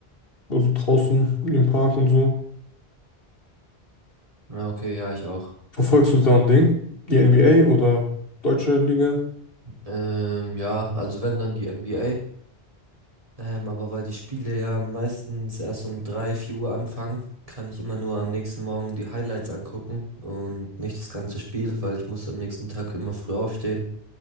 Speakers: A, on the left (about 65°); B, on the right (about 35°).
A: Also draußen im Park und so.
B: Ja, okay, ja, ich auch.
A: Verfolgst du da ein Ding? Die NBA oder deutsche Liga?
B: Ähm, ja, also wenn dann die NBA. Ähm, aber weil die Spiele ja meistens erst um 3 4 Uhr anfangen, kann ich immer nur am nächsten Morgen die Highlights angucken und nicht das ganze Spiel, weil ich muss am nächsten Tag immer früh aufstehen